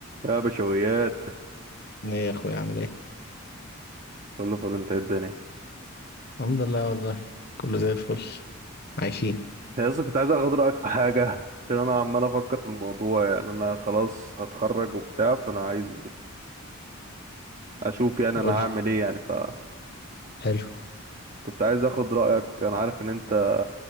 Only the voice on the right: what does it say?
يا بشويات
كله فل انت ايه الدنيا
يا اسطى كنت عايز اخد رايك في حاجه عشان انا عمال افكر في الموضوع يعني انا خلاص هتخرج وبتاع فانا عايز اشوف يعني
انا هعمل
ايه يعني فكنت
عايز اخد رايك انا عارف ان انت